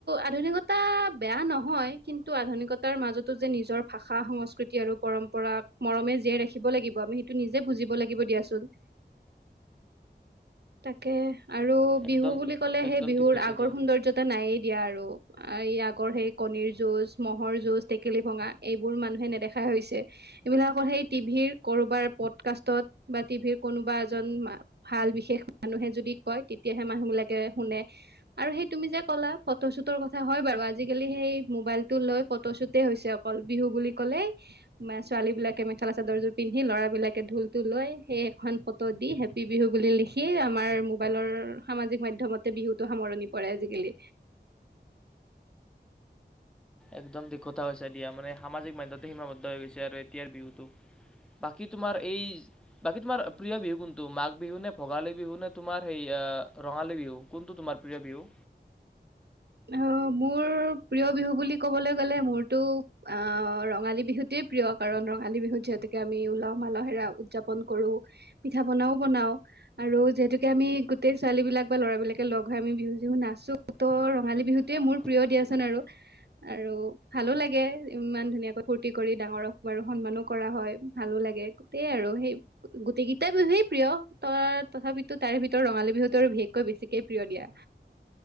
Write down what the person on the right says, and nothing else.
আধুনিকতা বেয়া নহয়। কিন্তু আধুনিকতাৰ মাজতো যে নিজৰ ভাষা সংস্কৃতি আৰু পৰম্পৰাক, মৰমে জীয়াই ৰাখিব লাগিব। আমি সেইটো নিজে বুজিব লাগিব দিয়াচোন। তাকে আৰু
বিহু বুলি ক'লে,
সেই বিহুৰ
আগৰ
সৌন্দৰ্যতা নাইয়েই দিয়া আৰু। এই আগৰ সেই কণীৰ যুঁজ মহ'ৰ যুজ, টেকেলি ভঙা এইবোৰ মানুহে নেদেখাই হৈছে। এইবিলাক অকল সেই টিভিৰ কৰবাৰ প্ৰটকাষ্টত বা টিভিৰ কোনোবা এজন মা ভাল বিশেষ মানুহে যদি কয়, তেতিয়াহে মানুহবিলাকে শুনে। আৰু সেই তুমি যে ক'লা ফটোশ্বুটৰ কথা, হয় বাৰু আজিকালি সেই মোবাইল টো লৈ ফটোশ্বুটেই হৈছে অ কল, বিহু বুলি ক'লে ছোৱালী বিলাকে মেখেলা চাদৰযোৰ পিন্ধি ল'ৰা বিলাকে ঢোলটো লৈ সেই এখন ফটো দি হে প্পী বিহু বুলি লিখি আমাৰ মোবাইলৰ সামাজিক মাধ্যমতে বিহুতো সামৰণি পৰে আজিকালি।
অঁ' মোৰ প্ৰিয় বিহু বুলি ক'বলৈ গ'লে মোৰতো আহ' ৰঙালী বিহুতেই প্ৰিয় কাৰণ ৰঙালী বিহুত যিহেতুকে আমি উলহ মালহেৰা উদযাপন কৰোঁ। পিঠা পনাও বনাও। আৰু যিহেতুকে আমি গোটেই ছোৱালী বিলাক বা ল'ৰা বিলাকে লগ হৈ আমি বিহু চিহু নাচো ত বিহুতিয়ে
মোৰ প্ৰিয় দিয়াচোন
আৰু। আৰু ভালো লাগে, ইমান ধুনীয়াকৈ ফূৰ্তি কৰি ডাঙৰক বাৰু সন্মানো কৰা হয়, ভালো লাগে। য়াই আৰু সেই গোটেইকেইটা বিহুুৱেই প্ৰিয় ত, তথাপিতো তাৰে ভিতৰত ৰঙালী বিহুতো বিশেষকৈ বেছিকে প্ৰিয় দিয়া।